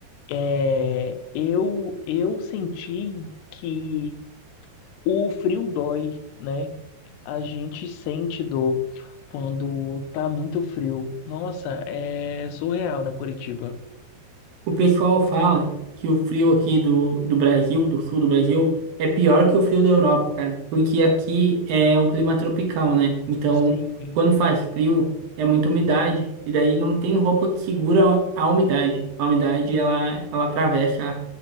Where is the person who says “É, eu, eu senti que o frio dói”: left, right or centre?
Left